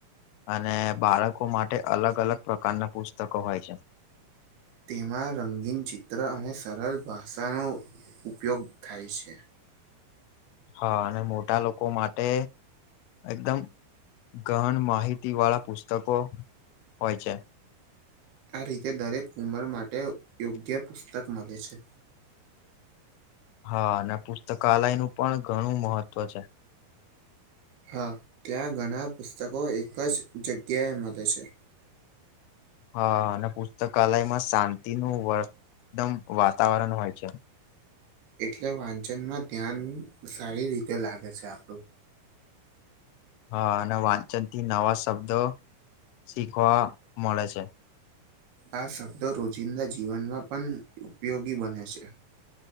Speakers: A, on the left; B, on the right.
A: અને બાળકો માટે અલગ અલગ પ્રકારના પુસ્તકો હોય છે.
B: તેમાં રંગીન ચિત્ર અને સરળ ભાષાનો ઉપયોગ થાય છે.
A: હા અને મોટા લોકો માટે એકદમ ગહન માહિતી વાળા પુસ્તકો હોય છે.
B: આ રીતે દરેક ઉંમર માટે યોગ્ય પુસ્તક મળે છે.
A: હા અને પુસ્તકાલય નું પણ ઘણું મહત્વ છે.
B: હા ત્યાં ઘણા પુસ્તકો એક જ જગ્યાએ મળે છે.
A: હ અને પુસ્તકાલયમાં શાંતિનું વદમ વાતાવરણ હોય છે.
B: એટલે વાંચનમાં ધ્યાન સારી રીતે લાગે છે. આપડું
A: હા અને વાંચન થી નવા શબ્દો શીખવા મળે છે.
B: આ શબ્દો રોજિંદા જીવનમાં પણ ઉપયોગી બને છે.